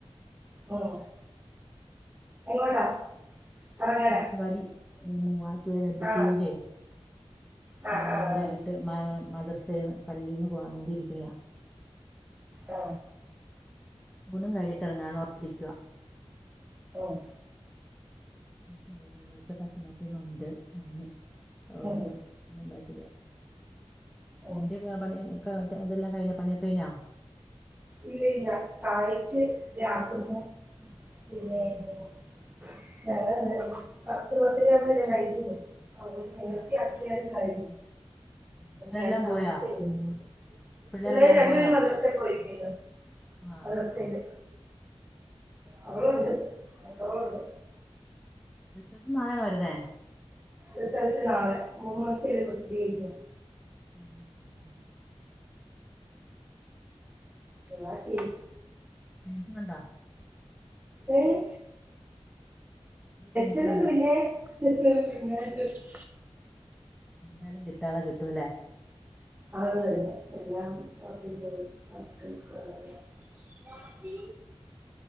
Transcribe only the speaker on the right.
ഉം എങ്ങോട്ടാ കറങ്ങാനാ
ആ
ആ ആ ആ
ആ
ഉം
ഉം
ഉം
ഇല്ല ഇല്ല ചായക്ക് <unintelligible> പിന്നെ
<unintelligible> പത്ത് പത്തരാവുമ്പല്ലേ കഴിക്കുന്നേ അപ്പോ നേരത്തെ
അക്കിയാലും <unintelligible>
ഞാൻ നമസ്
<unintelligible> ചെയ്യുന്നു
പിള്ളേര് രണ്ടു
പേരും മദ്രസേ പോയി ക്കെന്ന്
മദ്രസയില് അവളുണ്ട് അവളുണ്ട്
റിസൾട്ട് നാളെ <unintelligible>
ദുആ ചെയ്
ഏഹ്‌
<unintelligible> പിന്നെ <unintelligible>
അതെ അത് തന്നെ എല്ലാം അതി <unintelligible> <unintelligible>